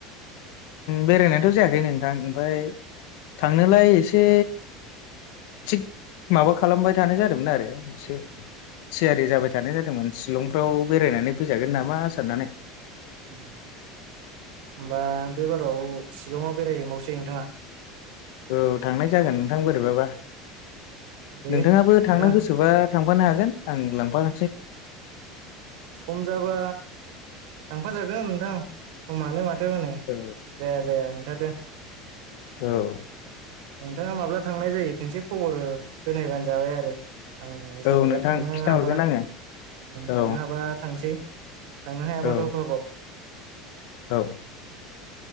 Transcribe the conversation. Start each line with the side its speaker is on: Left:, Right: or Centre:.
Left: बेरायनायथ' जायाखै नोंथां ओमफ्राय थांनोलाय एसे थिग माबा खालामबाय थानाय जादोंमोन आरो एसे थियारि जाबाय थानाय जादोंमोन शिलंफ्राव बेरायनानै फैजागोन नामा साननानै
Right: उ होमबा बे बाराव शिलङाव बेरायहैबावसै नोंथाङा
Left: औ थांनाय जागोन नोंथां बोरैबाबा
Right: दे
Left: नोंथाङाबो थांनो
Right: नोंथां
Left: गोसोबा थांफानो हागोन आं लांफोन
Right: सम जाबा थांफाजागोन नोंथां समानो मा थारनै
Left: औ
Right: जाया जाया मोनथारदो।
Left: औ
Right: नोंथाङा माब्ला थांनाय जायो खनसे खबर होनायबानो जाबाय आरो आं जेनेबा
Left: औ नोंथां
Right: थांनो
Left: खिथाहरगोन
Right: हाबा
Left: आङो
Right: थांनो
Left: औ
Right: हाबा थांसै थांनो हायाबाथ'
Left: औ
Right: अ भाबाव
Left: औ